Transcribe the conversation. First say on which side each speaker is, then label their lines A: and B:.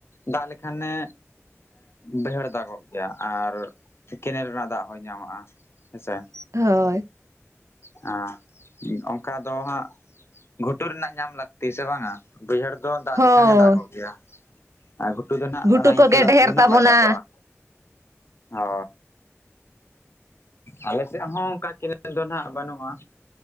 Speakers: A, on the left; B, on the right.
A: ᱫᱟᱜ ᱞᱮᱠᱷᱟᱱᱮ ᱵᱟᱹᱭᱦᱟᱹᱲ ᱫᱟᱜᱚᱜ ᱜᱮᱭᱟ ᱟᱨ ᱠᱮᱱᱮᱞ ᱨᱮᱱᱟᱜ ᱫᱟᱜ ᱦᱚᱸᱭ ᱧᱟᱢᱚᱜᱼᱟ᱾ ᱦᱮᱸᱥᱮ᱾
B: ᱦᱳᱭ
A: ᱚ ᱚᱱᱠᱟ ᱫᱚ ᱦᱟᱸᱜ ᱜᱷᱩᱴᱩ ᱨᱮᱱᱟᱜ ᱧᱟᱢ ᱞᱟᱹᱠᱛᱤ ᱥᱮ ᱵᱟᱝᱼᱟ᱾ ᱵᱟᱹᱭᱦᱟᱹᱲ ᱫᱚ ᱫᱟᱜ
B: ᱦᱳᱭ
A: ᱞᱮᱠᱷᱟᱱᱮ ᱫᱟᱜᱚᱜ ᱜᱮᱭᱟ᱾ ᱟᱨ ᱜᱷᱩᱴᱩ ᱫᱚ ᱦᱟᱸᱜ
B: ᱜᱷᱩᱴᱩ
A: ᱚᱱᱟ
B: ᱠᱚᱜᱮ
A: ᱤᱱᱠᱟᱹ ᱫᱟᱜ
B: ᱰᱷᱮᱨ
A: ᱛᱮᱫᱚ ᱱᱟᱜ
B: ᱛᱟᱵᱚᱱᱟ
A: ᱵᱟᱭ ᱛᱟᱠᱚᱜᱼᱟ᱾ ᱚ ᱟᱞᱮ ᱥᱮᱫ ᱦᱚᱸ ᱚᱱᱠᱟ ᱠᱮᱱᱮᱞ ᱫᱚ ᱱᱟᱜ ᱵᱟᱹᱱᱩᱜᱼᱟ